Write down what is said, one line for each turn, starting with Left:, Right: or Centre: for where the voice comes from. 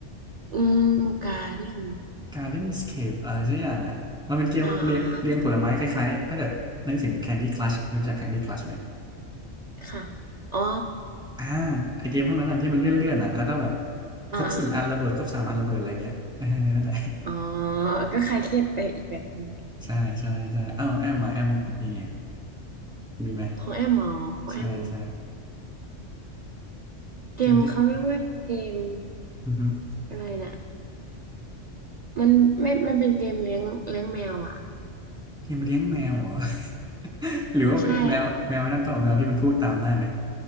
Right: อืมการ์เดน
Centre: g a r d e n นสเค e อะไรสักอย่างอ่ะมันเป็นเกมเรียงเรียงผลไม้คล้ายๆถ้าเกิดนึกถึง
Right: อ่าอ่าอ่า
Centre: Candy Crush รู้จัก Candy Crush ไหม
Right: ค่ะอ๋อ
Centre: อ่าไอเกมพวกนั้นอ่ะที่มันเลื่อนๆอนอ่ะแล้วก็แบบ
Right: อ่าอ่า
Centre: ครบสี่อันระเบิดครบสามอันระเบิดอะไรเงี้ยเออนั่นแหละ
Right: อ๋อก็คลายเครียดไปอีกแบบหนึง
Centre: <laughs> ใช่ใช่ใช่เอ้าแอมมาแอมมีไงมีไหม
Right: ของแอมอ๋อของแอม
Centre: ใช่ใช่
Right: เกมเขาเรียกว่าเกม
Centre: เกมที่อือฮึ
Right: อะไรน่ะมันไม่มันเป็นเกมเลี้ยงเลี้ยงแมวอ่ะ
Centre: เกมเลี้ยงแมวเหรอ <laughs> หรือว่าเป็นแมวแมวไอ้นั่นเปล่าแมวที่มันพูดตามได้ไหม
Right: ใช่